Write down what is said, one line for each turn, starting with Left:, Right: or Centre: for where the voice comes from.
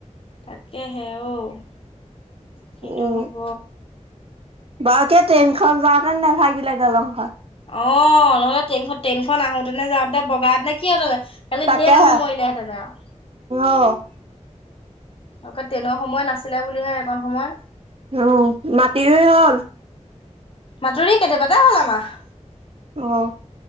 Left: তাকেহে অহ' কিনো
Right: উম,
Left: হ'ব।
Right: বাৰুকে ট্ৰেইনখন যাওঁতে নাভাগিলে দলংখন।
Left: অ' নহ'লে ট্ৰেইনখন ট্ৰেইনখন আহোতেনে যাওঁতে ভগা হতেন কি হ'ল হ'লে। কালি
Right: তাকেহে।
Left: ঢেৰ মানুহ মৰিলেহেঁতেনে আৰু
Right: অ',
Left: বাৰুকে ট্ৰেইনৰ সময় নাছিলে বুলিহে সেইকণ সময়।
Right: উম, মাটি ৰুই হ'ল?
Left: মাতি ৰুই কেতিয়াবাতে হ'ল আমাৰ।
Right: আহ